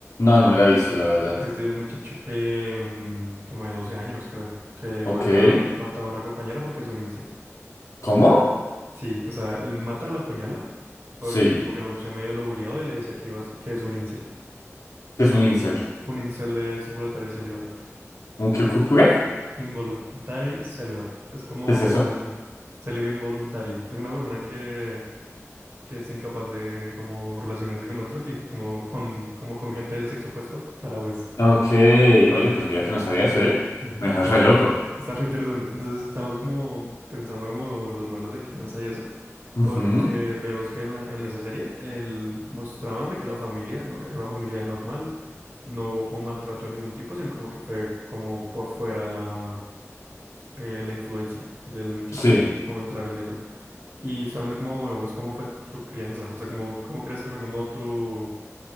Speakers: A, on the left (about 85°); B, on the right (about 50°).
A: No, no me la he visto, la verdad.
B: Es de un muchacho que, mm, como de 12 años, creo, que
A: Ok.
B: mata, mata a una compañera porque es un incel.
A: ¿Cómo?
B: Sí, o sea, él mata a la puñala porque
A: Sí.
B: como que la muchacha medio lo bulleaba y le decía que, iba a ser- que es un incel.
A: ¿Qué es un incel?
B: Un incel es involuntario celibato.
A: ¿Un qué? cu- cu- ¿Qué
B: Involuntary celibato. Es como
A: ¿Qué es eso?
B: mm, célibe involuntario. Es una persona que que es incapaz de como relacionarse con otros y como con, como con gente del sexo opuesto para pues,
A: Ok. Oye, pues mira que no sabía eso, ¿eh?
B: ujú,
A: Me dejas
B: está,
A: re loco.
B: está re interesante. Entonces estamos como pensando como los modelos de crianza y eso,
A: Ujú,
B: porque veíamos que en la, en esa serie el, mostraban de que la familia no era una familia normal, no hubo como maltrato de ningún tipo, sino como que fue como por fuera la, eh, la influencia del muchacho,
A: Sí.
B: como entrar en eso. Y sabiendo cómo, digamos, cómo fue tu crianza, o sea, cómo, cómo crees que fue como tu